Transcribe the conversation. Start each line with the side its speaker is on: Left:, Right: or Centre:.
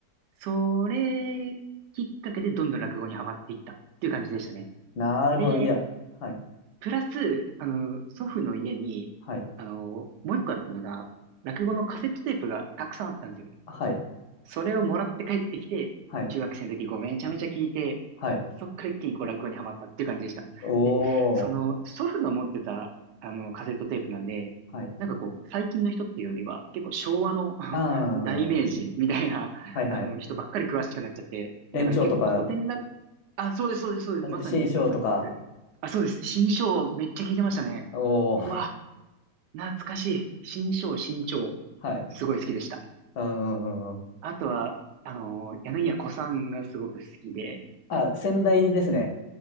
Right: それきっかけでどんどん落語にはまっていったっていう感じでしたね。
Left: なるほど。
Right: で、
Left: いや、はい。
Right: プラス、あの、祖父の家に、
Left: はい。
Right: あの、もう一個あったのが、落語のカセットテープがたくさんあったんですよ。
Left: はい。
Right: それをもらって帰ってきて、
Left: はい。
Right: 中学生の時こうめちゃめちゃ聞いて、
Left: はい。
Right: そっから一気にこう落語にはまったっていう感じでした。
Left: おー。
Right: で、その祖父が持ってたあのカセットテープなんで、
Left: はい。
Right: なんかこう最近の人っていうよりは結構昭和の <laughs>
Left: あ
Right: 大名人みたいなあの人ばっかり詳しくなっちゃって、
Left: あ。はいはい。延長とか、
Right: だから結構古典落、あ、そうです、そうです、そうです、
Left: あ新章とか。
Right: まさにです、まさにです。あ、そうです。新章めっちゃ聞いてましたね。
Left: おー。
Right: うわ、懐かしい。新章、新章。
Left: はい。
Right: すごい好きでした。
Left: うんうんうんうん。
Right: あとは、あのー柳家小さんがすごく好きで、
Left: あ、先代ですね。